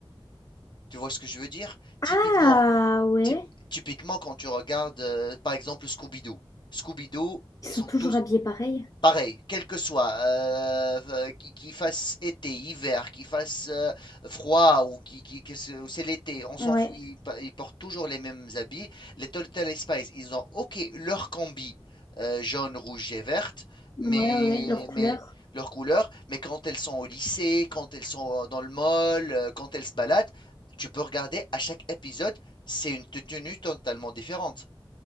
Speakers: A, on the left; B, on the left.
A: Tu vois ce que je veux dire?
B: Ah
A: Typiquement,
B: ouais,
A: typ- typiquement quand tu regardes, euh, par exemple, Scooby-Doo. Scooby-Doo, ils
B: ils sont
A: sont
B: toujours
A: tous,
B: habillés pareil.
A: Pareil, quel que soit, heu, qu'il qu'il fasse été, hiver, qu'il fasse, heu, froid ou qui, qu'il que c'est ou c'est l'été, on s'en
B: Ouais,
A: fout, ils pa ils portent toujours les mêmes habits. Les Total Spice, ils ont OK leur combi, heu, jaune, rouge et verte,
B: ouais,
A: mais
B: ouais, leur couleur.
A: mais leurs couleurs, mais quand elles sont au lycée, quand elles sont, heu, dans le mall, heu, quand elles se baladent, tu peux regarder à chaque épisode, c'est une tenue totalement différente.